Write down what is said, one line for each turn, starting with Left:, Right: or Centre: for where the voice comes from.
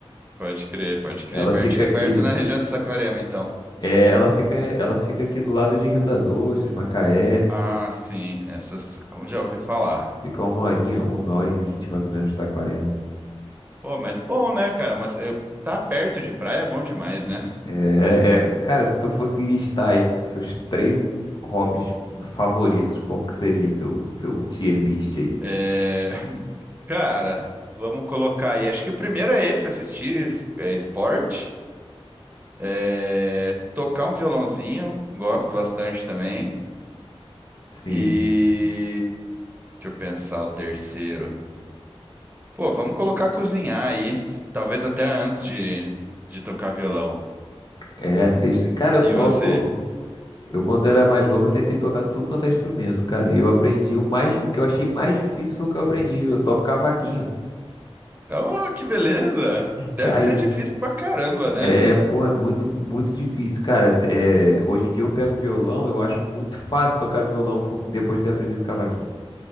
Right: Pode crer, pode crer.
Left: Ela
Right: Perti-
Left: fica
Right: É
Left: aqui,
Right: perto na região de Saquarema, então.
Left: é, ela fica, ela fica aqui do lado de Rio das Ostras, Macaé.
Right: Ah, sim. Essas como já ouvi falar.
Left: Fica uma horinha, uma hora e vinte mais ou menos de Saquarema.
Right: Pô, mas bom, né, cara? Mas eu... tá perto de praia é bom demais, né?
Left: É, é, cara, se tu fosse listar aí os seus três hobbies favoritos, como que seria seu seu tier list aí?
Right: É, <laughs> Cara, vamos colocar aí. Acho que o primeiro é esse, assistir é, esporte, É, tocar um violãozinho, gosto bastante também.
Left: Sim,
Right: E deixa eu pensar o terceiro. Pô, vamos colocar cozinhar aí, s- talvez até antes de, de tocar violão.
Left: é. es- Cara, eu
Right: E
Left: toco.
Right: você?
Left: Eu quando era mais novo, eu tentei tocar tudo quanto é instrumento, cara. E eu aprendi o mais, o que eu achei mais difícil foi o que eu aprendi. Eu toco cavaquinho,
Right: Oh, que beleza! Deve
Left: cara.
Right: ser
Left: E
Right: difícil pra caramba,
Left: é,
Right: né?
Left: pô, é muito, muito difícil, cara. É, hoje em dia eu pego violão, eu acho muito fácil tocar violão por- depois de ter aprendido cavaquinho.